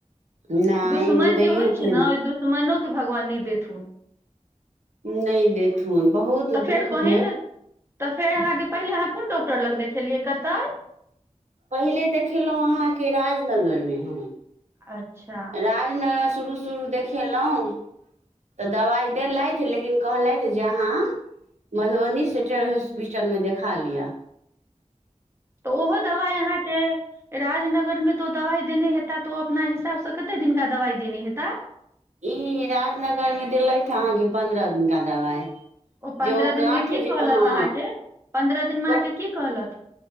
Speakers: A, on the right (about 65°); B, on the right (about 20°).
A: नहि
B: दुश्मन
A: ओ दैयो
B: जे होइ छै
A: के नहि
B: न ओहि दुश्मनोके भगवान नहि देथुन
A: नहि देथुन बहुत
B: तऽ फेर
A: दुःख
B: पहिने
A: भेल
B: तऽ फेर अहाँके पहिले अहाँ कोन डॉक्टर लग देखेलियै कतय
A: पहिले देखेलहुँ अहाँके राजनगरमे हम
B: अच्छा
A: राजनगर शुरू शुरू देखेलहुँ तऽ दबाइ देलथि लेकिन कहलथि जे अहाँ मधुबनी सेटर हॉस्पिटल मे देखा लिया
B: तऽ ओहो दवाइ अहाँके राजनगर मे तो ओ दवाइ देने हेता तऽ ओ अपना हिसाबसँ कते दिनका दवाई देने हेता
A: ई राजनगर मे देलथि अहाँके पन्द्रह दिनका दबाइ
B: पन्द्रह
A: जे ओ गाँठ
B: दिन मे की
A: जे
B: कहलत
A: हँ
B: अहाँके पन्द्रह दिन मे अहाँके
A: क
B: की कहलत